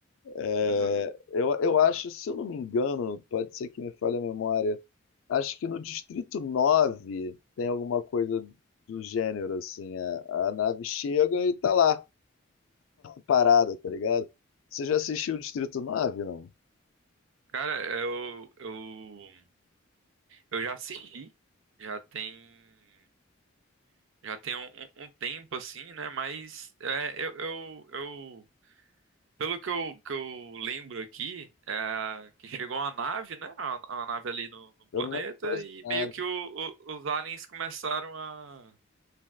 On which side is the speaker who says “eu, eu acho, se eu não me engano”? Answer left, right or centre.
Left